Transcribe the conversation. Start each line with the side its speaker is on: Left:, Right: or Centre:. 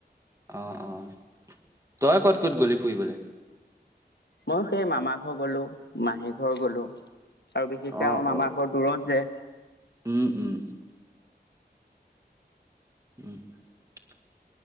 Right: অ অ তই ক'ত ক'ত গলি ফুৰিবলৈ
Left: মই সেই মামা ঘৰ গলো মাহী ঘৰ গলো আৰু বিশেষকে
Right: অ',
Left: আমাৰ মামাৰ
Right: অ'।
Left: ঘৰত দূৰত যে।
Right: উম, উম, <inaudible>